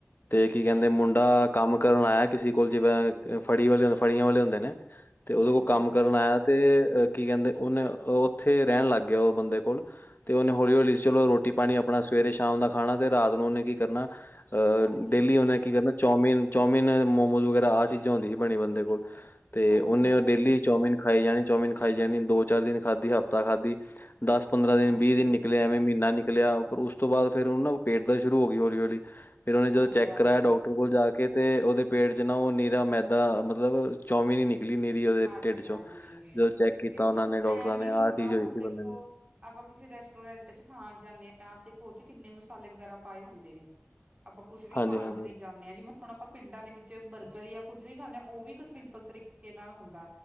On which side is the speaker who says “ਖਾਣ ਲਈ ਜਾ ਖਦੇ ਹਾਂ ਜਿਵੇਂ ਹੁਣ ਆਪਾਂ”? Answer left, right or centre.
Right